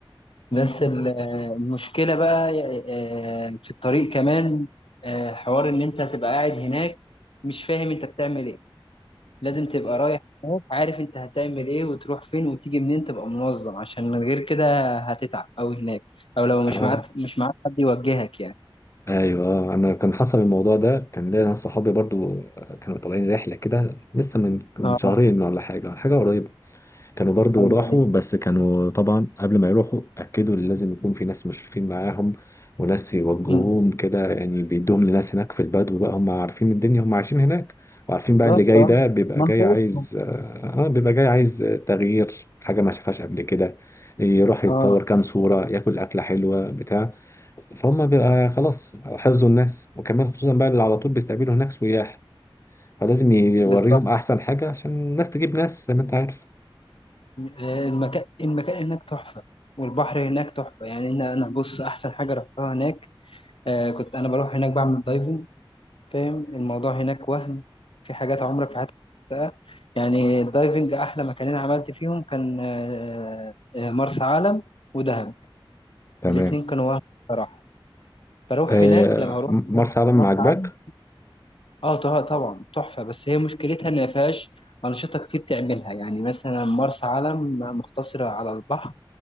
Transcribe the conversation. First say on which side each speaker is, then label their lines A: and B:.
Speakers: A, on the left (about 75°); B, on the left (about 30°).
A: بس ال- آه، المشكلة بقى آه، في الطريق كمان آه، حوار ان انت هتبقى قاعد هناك مش فاهم انت بتعمل ايه لازم تبقى رايح هناك عارف انت هتعمل ايه وتروح فين وتيجي منين تبقى منظم عشان من غير كده هتتعب اوي هناك او لو مش
B: آه.
A: معاك مش معاك حد يوجهك يعني
B: ايوه آه. انا كان حصل الموضوع ده كان ليا ناس صحابي برضو كانوا طالعين رحله كده لسه من من
A: اه
B: شهرين ولا حاجه حاجه قريبه كانوا برضو
A: ايوه
B: راحوا
A: ايوه
B: بس كانوا طبعا قبل ما يروحوا أكدوا إن لازم يكون في ناس مشرفين معاهم وناس يوجهوهم
A: مم.
B: كده يعني بيدوهم لناس هناك في البدو بقى هم عارفين الدنيا هم عايشين هناك وعارفين
A: بالظبط
B: بقى اللي جاي
A: اه
B: ده بيبقى
A: منطقتهم
B: جاي عايز آه آه، بيبقى جاي عايز تغيير حاجة ما شافهاش قبل كده يروح يتصور
A: اه
B: كام صورة ياكل أكلة حلوة بتاع فهم بيبقى خلاص حفظوا الناس وكمان خصوصا بقى اللي على طول بيستقبلوا هناك سياح فلازم يوريهم
A: بالظبط
B: أحسن حاجة عشان الناس تجيب ناس زي ما أنت عارف
A: آه، المكان المكان هناك تحفة والبحر هناك تحفة يعني أنا أنا بص أحسن حاجة رحتها هناك آه كنت أنا بروح هناك بعمل دايفنج فاهم الموضوع هناك وهم في حاجات عمرك في حياتك ما شفتها. يعني الدايفنج أحلى مكانين عملت فيهم كان آه آه، مرسى علم ودهب
B: تمام
A: الاتنين كانوا وهم بصراحة فأروح
B: آه،
A: هناك لما أروح
B: مرسى
A: دهب
B: علم
A: أو مرسى
B: ما عجبك
A: علم اه طه- طبعا تحفه بس هي مشكلتها ان ما فيهاش انشطه كتير تعملها يعني مثلا مرسى علم مقتصره على البحر